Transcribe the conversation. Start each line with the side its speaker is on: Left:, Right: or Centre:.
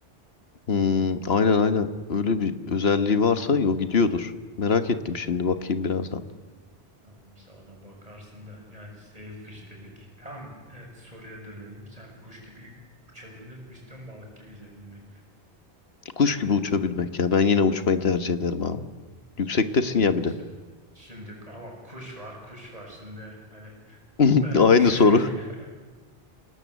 Left: hmm, aynen aynen. Öyle bir özelliği varsa o gidiyordur. Merak ettim şimdi bakayım birazdan.
Right: Tamam sen ona bakarsın da yani sailfish dedik. Tamam evet soruya dönelim. Sen kuş gibi uçabilmek mi istiyorsun balık gibi yüzebilmek mi?
Left: Kuş gibi uçabilmek ya. Ben yine uçmayı tercih ederim abi. Yüksektesin
Right: Vallahi
Left: ya bir de.
Right: şi- Şimdi ama kuş var kuş var şimdi hani
Left: <laughs>
Right: ben
Left: Aynı
Right: <laughs>
Left: soru.